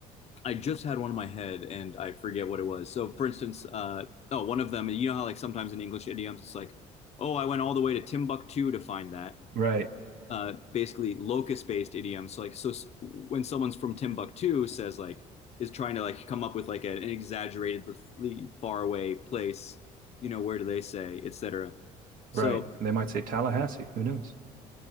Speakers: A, on the left; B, on the right.
A: I just had one in my head and I forget what it was. So, for instance, uh, oh, one of them, you know how like sometimes in English idioms it's like, oh, I went all the way to Timbuktu to find that.
B: Right,
A: Uh, basically, locus-based idioms. So, like, so when someone's from Timbuktu says like is trying to like come up with like an exaggeratedly far away place, you know, where do they say, etc. So
B: right. And They might say Tallahassee. Who knows?